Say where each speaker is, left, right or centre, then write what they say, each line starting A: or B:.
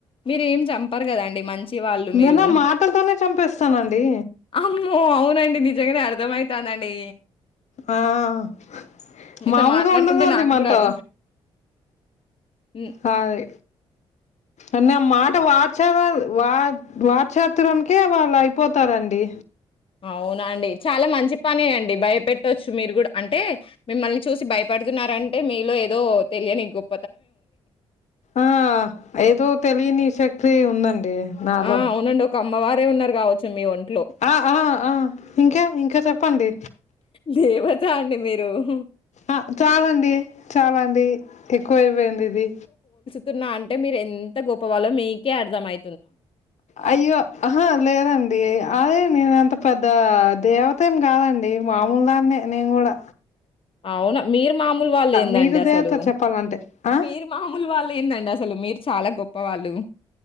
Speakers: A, on the left; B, on the left.
A: మీరేం చంపారు కదండి మంచి వాళ్ళు
B: నేను
A: మీరు
B: ఆ మాటలతోనే చంపేస్తానండి
A: అమ్మో అవునండి నిజంగానే అర్థమయి కదండీ
B: ఆ అ
A: మీతో
B: మామూలుగా
A: మాట్లాడుతుంటే
B: ఉండదండి
A: నాకు
B: మనతో
A: గూడా అర్థం హ్మ్.
B: హాయ్ అన్న ఆ మాట వార్చ వా వట్షాత్రరకే వాళ్ళు అయిపోతారండి
A: అవునా అండి చాలా మంచి పనే అండి భయపెట్టచ్చు మీరు కూడా అంటే మిమ్మల్ని చూసి భయపడుతుర అంటే మీలో ఏదో తెలియనీ గొప్ప
B: ఆ ఏదో తెలియని శక్తి క్తి ఉందండి ది నాలో
A: ఆ! అవునండి. ఒక అమ్మవారే ఉన్నారు గావచ్చు మీ ఒన్
B: ఆ ఆ ఆ ఇంకా ఇంకా చప్ ప్పండి
A: లేేవత్ తాండి మీరు ఊహు
B: ఆ చాలండి చాలా అండి ఎక్కువయిపెంది ఇది
A: తున్న అంటే మీర్ ఎంత గొప్పవాళ్లో మీకే అర్దమై
B: అయ్యో అహా లేదండి అ అదే నేను అంత పెద్ద దేవత ఏం కాదండి మామూలు దాన్నే నేను గుడా
A: అవునా మీరు మామూలు వాళ్ళు ఏందండి
B: మీరు
A: అసలు
B: దేవత చెప్పాలంటే ఆ?
A: మీరు మామూలు వాళ్ళు ఏందండి అసలు మీరు చాలా గొప్ పవాళ్ళు